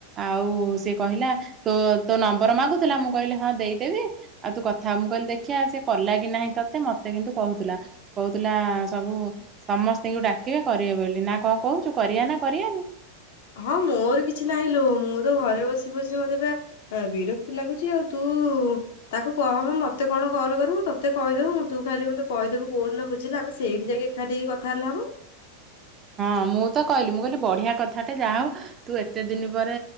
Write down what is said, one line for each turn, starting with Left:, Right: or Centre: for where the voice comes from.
Right: ଆଉ ସେ କହିଲା ତୋ ତୋ ନମ୍ବର ମାଗୁଥିଲା ମୁଁ କହିଲେ ହଁ ଦେଇଦେବି ଆଉ ତୁ କଥାହ ମୁଁ କହିଲି ଦେଖିବା ସେ କଲା କି ନାହିଁ ତତେ ମତେ କିନ୍ତୁ କହୁଥିଲା। କହୁଥିଲା ସବୁ ସମସ୍ତଙ୍କୁ ଡାକିବେ କରିବେ ବୋଲି ନା କଣ କହୁଚୁ କରିବା ନା କରିଆନି?
Left: ହଁ ମୋର କିଛି ନାହିଁ ଲୋ ମୁଁ ତ ଘରେ ବସି-ବସି ମତେବା ହ ବିରକ୍ତି ଲାଗୁଚି ଆଉ ତୁ ତାକୁ କହବ ମତେ କଣ କଲ୍ କରିବ ତତେ କହିଦଵୁ ତୁ ଖାଲି ମତେ କହିଦବୁ କୋଉଦିନ ବୁଝିଲେ ଆମେ ସେଇଠି ଯାଇକି <unintelligible> ଟିକେ କଥା ହେଲେ ହବନି।
Right: ହଁ ମୁଁ ତ କହିଲି ମୁଁ କହିଲି ବଢିଆ କଥାଟେ ଯାହା ହଉ ତୁ ଏତେ ଦିନ ପରେ